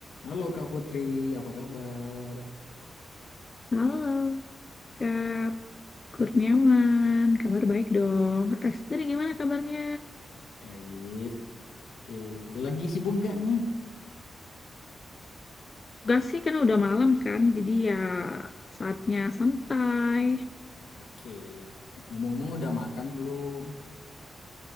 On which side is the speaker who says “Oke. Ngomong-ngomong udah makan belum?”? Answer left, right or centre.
Left